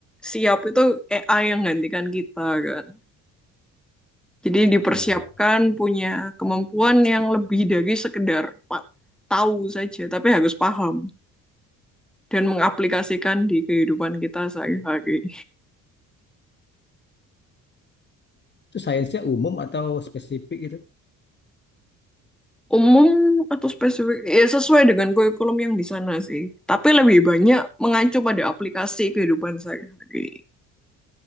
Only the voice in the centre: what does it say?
siap itu AI yang gantikan kita kan. Jadi dipersiapkan
punya kemampuan yang lebih dari sekedar pa- tahu saja, tapi harus paham dan mengaplikasikan di kehidupan kita sehari-hari.
Umum atau spesifik, ya sesuai dengan kurikulum yang di sana sih. Tapi lebih banyak mengacu pada aplikasi kehidupan sehari-hari.